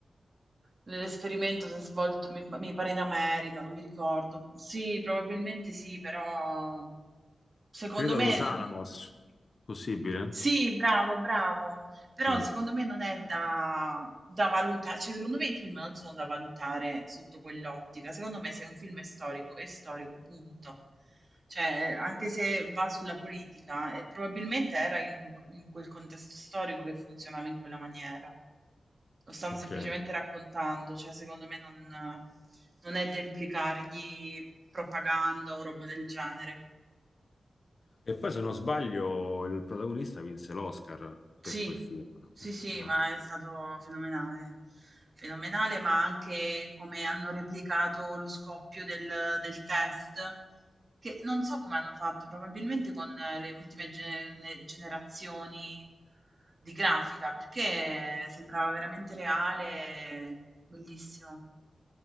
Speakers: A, on the right; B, on the left.
A: L'esperimento si è svolto, mi, mi pare, in America, non mi ricordo. Sì, probabilmente sì, però secondo
B: Credo
A: me...
B: allo Salamos,
A: non-
B: possibile?
A: Sì, bravo, bravo. Però
B: Mm,
A: secondo me non è da, da valutare, cioè secondo me i film non sono da valutare sotto quell'ottica. Secondo me se un film è storico, è storico, punto. Cioè, anche se va sulla politica, eh, probabilmente era in quel in quel contesto storico che funzionava in quella maniera. Lo stanno
B: ok.
A: semplicemente raccontando, cioè secondo me non, non è da implicargli propaganda o roba del genere.
B: E poi se non sbaglio il protagonista vinse l'Oscar per
A: Sì,
B: quel film,
A: sì, sì,
B: no?
A: ma è stato fenomenale. Fenomenale, ma anche come hanno replicato lo scoppio del, del test, che non so come hanno fatto, probabilmente con eh, le ultime gene- generazioni di grafica, perché sembrava veramente reale, bellissimo.